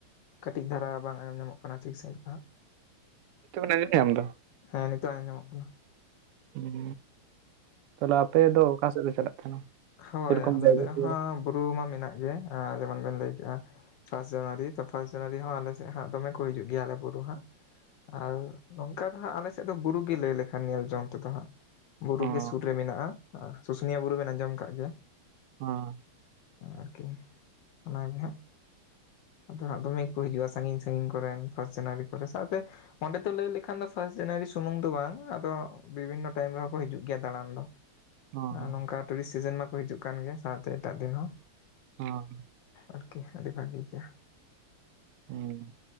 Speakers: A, on the left; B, on the right.
A: ᱠᱟᱹᱴᱤᱡ ᱫᱷᱟᱨᱟ ᱵᱟᱝ ᱟᱸᱡᱚᱢ ᱧᱟᱢᱚᱜ ᱠᱟᱱᱟ ᱴᱷᱤᱠ ᱥᱟᱭᱤᱡ ᱫᱚ ᱦᱟᱸᱜ
B: ᱱᱤᱛᱚᱜ ᱢᱮᱱᱟᱜ ᱜᱤ ᱴᱮᱢ ᱫᱚ
A: ᱦᱮᱸ ᱱᱤᱛᱚᱜ ᱟᱸᱡᱟᱢ ᱢᱚᱜ ᱠᱟᱱᱟ
B: ᱦᱩᱸ ᱛᱟᱦᱞᱮ ᱟᱯᱮ ᱫᱚ ᱚᱠᱟ ᱥᱮᱫ ᱯᱮ ᱪᱟᱞᱟᱜ ᱛᱟᱦᱮᱱᱟ
A: ᱦᱳᱭ
B: ᱥᱮᱨᱚᱠᱚᱢ
A: ᱟᱞᱮ
B: ᱡᱟᱭᱜᱟ
A: ᱥᱮᱫ
B: ᱠᱚ
A: ᱦᱚᱸ ᱵᱩᱨᱩ ᱢᱟ ᱢᱮᱱᱟᱜ ᱜᱮᱭᱟ ᱡᱮᱢᱚᱱ ᱵᱮᱱ ᱞᱟᱹᱭ ᱠᱮᱜᱼᱟ ᱯᱷᱟᱥ ᱡᱟᱱᱩᱣᱟᱨᱤ ᱛᱚ ᱯᱷᱟᱥ ᱡᱟᱱᱩᱣᱟᱨᱤ ᱦᱚᱸ ᱟᱞᱮ ᱥᱮ ᱦᱟᱸᱜ ᱫᱚᱢᱮ ᱠᱚ ᱦᱤᱡᱩᱜ ᱜᱮᱭᱟ ᱟᱞᱮ ᱵᱩᱨᱩ ᱦᱟᱸᱜ ᱟᱨ ᱱᱚᱝᱠᱟ ᱫᱚ ᱦᱟᱸᱜ ᱟᱞᱮ ᱥᱮᱫ ᱫᱚ ᱵᱩᱨᱩ ᱜᱮ ᱞᱟᱹᱭ ᱞᱮᱠᱷᱟᱱ ᱧᱮᱞ ᱡᱚᱝ ᱛᱮᱫᱚ ᱦᱟᱸᱜ ᱵᱩᱨᱩ
B: ᱦᱚᱸ
A: ᱜᱮ ᱥᱩᱨ ᱨᱮ ᱢᱮᱱᱟᱜᱼᱟ ᱥᱩᱥᱩᱱᱤᱭᱟ ᱵᱩᱨᱩ ᱵᱮᱱ ᱟᱸᱡᱚᱢ ᱟᱠᱟᱜ ᱜᱮᱭᱟ?
B: ᱦᱮᱸ᱾
A: ᱟᱨᱠᱤ ᱚᱱᱟᱜᱮ ᱦᱟᱸᱜ᱾ ᱟᱫᱚ ᱦᱟᱜ ᱫᱚᱢᱮ ᱜᱮ ᱠᱚ ᱦᱤᱡᱩᱜᱼᱟ ᱥᱟᱸᱜᱤᱧ ᱥᱟᱸᱜᱤᱧ ᱠᱚᱨᱮᱱ ᱯᱷᱟᱥ ᱡᱟᱱᱩᱣᱟᱨᱤ ᱠᱚᱨᱮ ᱥᱟᱶᱛᱮ᱾ ᱚᱸᱰᱮ ᱫᱚ ᱞᱟᱹᱭ ᱞᱮᱠᱷᱟᱱ ᱫᱚ ᱯᱷᱟᱥ ᱡᱟᱱᱩᱣᱟᱨᱤ ᱥᱩᱢᱩᱝ ᱫᱚ ᱵᱟᱝ ᱟᱫᱚ᱾ ᱵᱤᱵᱷᱤᱱᱚ ᱴᱟᱭᱤᱢ ᱨᱮᱦᱚᱸ ᱠᱚ ᱦᱤᱡᱩᱜ ᱜᱮᱭᱟ ᱫᱟᱲᱟᱱ ᱫᱚ᱾
B: ᱦᱚᱸ
A: ᱟᱨ ᱱᱚᱝᱠᱟ ᱴᱩᱨᱤᱥ ᱥᱤᱡᱮᱱ ᱢᱟᱠᱚ ᱦᱤᱡᱩᱜ ᱠᱟᱱ ᱜᱮ ᱥᱟᱶᱛᱮ ᱮᱴᱟᱜ ᱫᱤᱱ ᱦᱚᱸ᱾
B: ᱦᱚᱸ᱾
A: ᱟᱨᱠᱤ ᱟᱹᱰᱤ ᱵᱷᱟᱜᱤ ᱜᱮᱭᱟ᱾
B: ᱦᱩᱸ...